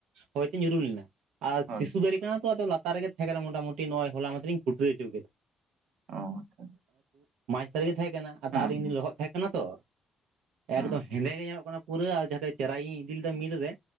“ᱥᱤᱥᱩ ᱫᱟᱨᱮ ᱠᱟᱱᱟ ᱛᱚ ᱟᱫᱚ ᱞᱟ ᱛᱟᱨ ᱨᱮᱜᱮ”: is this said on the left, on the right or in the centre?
Right